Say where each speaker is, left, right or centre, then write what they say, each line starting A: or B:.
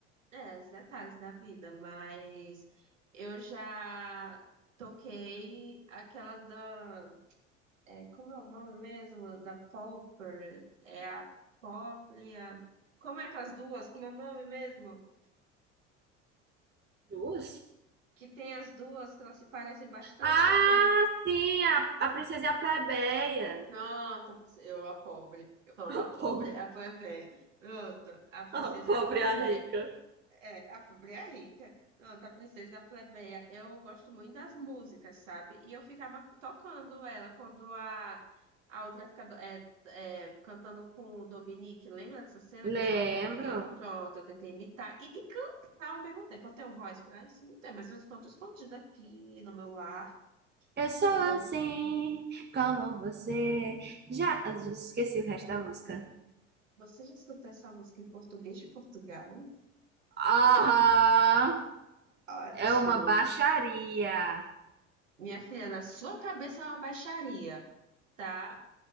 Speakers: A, on the right; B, on the right.
A: É, os detalhes da vida, mas eu já toquei aquela da. É, como é o nome mesmo? Da Pauper. É a pobre. A... Como é aquelas duas? Como é o nome mesmo?
B: Duas?
A: que tem as duas, que elas se parecem bastante
B: Ah,
A: com a filme.
B: sim. A, a princesa e a plebeia. <laughs>
A: Pronto, a princesa- eu, a pobre. Eu falando
B: A
A: a pobre,
B: po-
A: é a plebeia. Pronto, a princesa
B: a pobre
A: e a plebeia.
B: e a rica.
A: É, a pobre e a rica. Pronto, a princesa e a plebeia. Eu gosto muito das músicas, sabe? E eu ficava tocando ela quando a, a outra fica do- é, é, cantando com o Dominique. Lembra dessa cena
B: Lembro.
A: que eles tocam no piano? Pronto, eu tentei imitar e cantar ao mesmo tempo. Eu tenho voz pra isso? Não tenho, mas eu canto escondido aqui no meu lar,
B: Eu sou assim,
A: entendeu?
B: como você. Já, ah, já esqueci o resto da música.
A: Você já escutou essa música em português de Portugal?
B: Ah,
A: Ótimo.
B: é uma baixaria.
A: Minha filha, na sua cabeça é uma baixaria, tá?